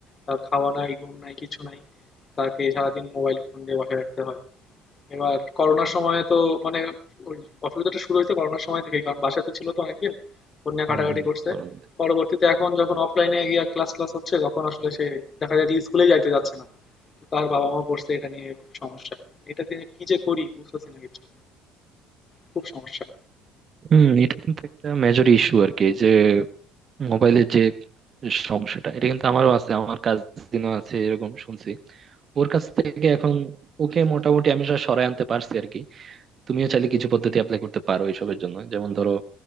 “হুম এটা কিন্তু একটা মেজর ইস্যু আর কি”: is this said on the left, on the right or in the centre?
Right